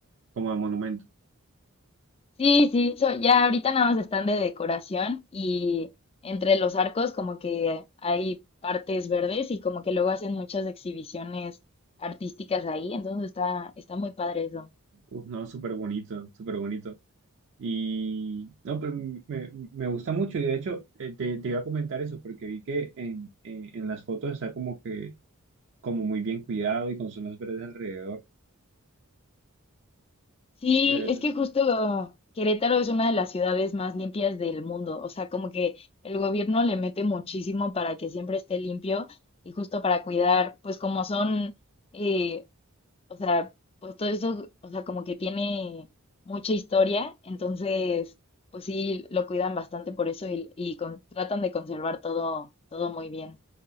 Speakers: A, on the right (about 55°); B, on the left (about 25°).
A: como de monumento.
B: Sí, sí, so- ya ahorita nada más están de decoración y entre los arcos como que hay partes verdes y como que luego hacen muchas exhibiciones artísticas ahí, entonces está, está muy padre eso.
A: Uf, no, súper bonito, súper bonito. Y no, pero me, me gusta mucho. Y de hecho, eh, te, te iba a comentar eso, porque vi que en, en en las fotos está como que, como muy bien cuidado y con zonas verdes alrededor.
B: Sí,
A: Sí, eso
B: es que
A: es.
B: justo Querétaro es una de las ciudades más limpias del mundo. O sea, como que el gobierno le mete muchísimo para que siempre esté limpio y justo para cuidar, pues como son, eh, o sea, pues todo eso, o sea, como que tiene mucha historia. Entonces, pues sí, lo cuidan bastante por eso y, y con- tratan de conservar todo, todo muy bien.